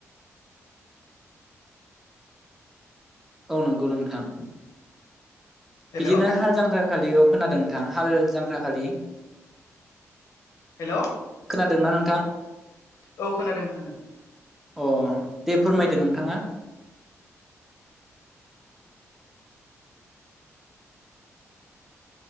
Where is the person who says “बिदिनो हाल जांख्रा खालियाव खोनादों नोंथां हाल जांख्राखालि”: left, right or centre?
Centre